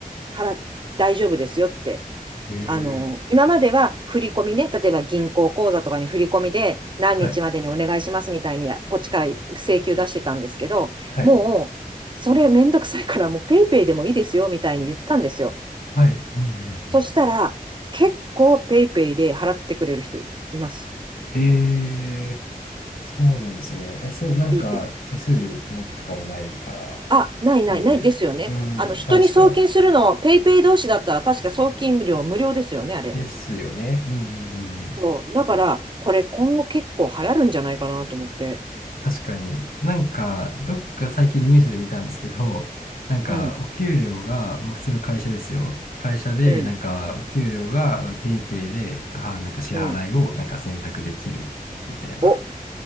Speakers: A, on the right; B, on the left.
A: 払っ、大丈夫ですよって。
B: へえ。
A: あの、今までは振り込みね、例えば銀行口座とかに振り込みで何日までにお願いしますみたいに、
B: はい。
A: こっちから請求出してたんですけど、
B: はい。
A: もう、それめんどくさいからもうペイペイでもいいですよみたいに言ったんですよ。
B: はい。うんうんうん。
A: そしたら、結構ペイペイで払ってくれる人います。
B: ええ、そうなんですね。え、そう、なんか、
A: いいです。
B: 手数料もとかもないからっ
A: あ、ないないないですよね。
B: ていう、うん、
A: あの、人に送金するの、
B: 確か
A: ペイペイ同士だったら確か送金料無料ですよね、あれ。
B: ですよね。うんうんうん。
A: そう。だから、これ今後結構流行るんじゃないかなと思って。
B: 確かに。なんか、どっか最近ニュースで見たんですけど、なんか、
A: うん、
B: お給料が、まあ、普通の会社ですよ。会社で、
A: うん、
B: なんか、お給料が、まあペイペイで、あ、なんか支払いを、
A: うん。
B: なんか選択できるみたいな。
A: お、